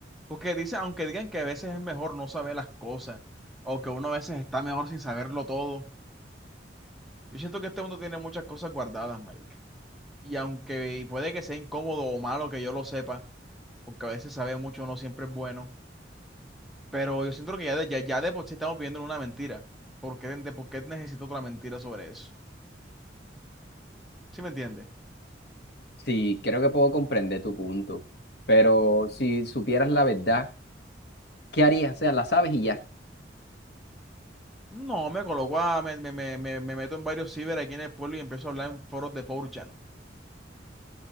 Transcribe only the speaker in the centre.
Porque dice, aunque digan que a veces es mejor no saber las cosas, o que uno a veces está mejor sin saberlo todo, yo siento que este mundo tiene muchas cosas guardadas, marica. Y aunque y puede que sea incómodo o malo que yo lo sepa, porque a veces saber mucho no siempre es bueno, pero yo siento que ya de, ya, ya de por sí estamos viviendo en una mentira. ¿Por qué, de por qué necesito otra mentira sobre eso? ¿Sí me entiendes?
No, me coloco a, me, me, me, me me meto en varios ciber aquí en el pueblo y empiezo a hablar en foros de 4chan.